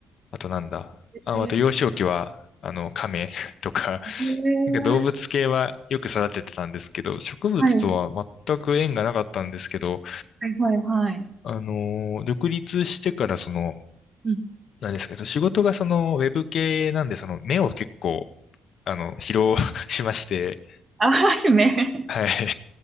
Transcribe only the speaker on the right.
えー、
えー
はいはいはいはい。
うん。
あ、夢 <laughs>